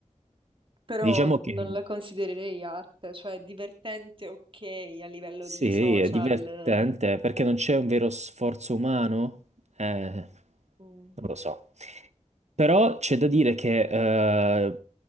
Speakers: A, on the right; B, on the right.
A: però
B: Diciamo
A: non
B: che
A: la considererei arte, cioè è divertente, ok, a livello
B: Sì,
A: di social,
B: è divertente perché non c'è un vero sforzo umano. Eh,
A: mm,
B: non lo so. Però c'è da dire che eh,